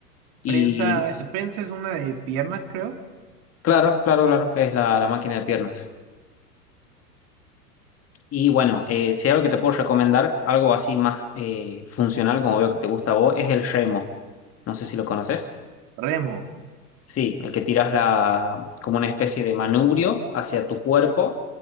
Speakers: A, on the left (about 30°); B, on the right (about 45°).
A: Y
B: Prensa,
A: no sé,
B: prensa es una de piernas, creo.
A: claro, claro, claro, es la, la máquina de piernas. Y bueno, eh, si hay algo que te puedo recomendar, algo así más eh, funcional, como veo que te gusta a vos, es el remo. No sé si lo conoces.
B: Remo.
A: Sí, el que tiras la, como una especie de manubrio hacia tu cuerpo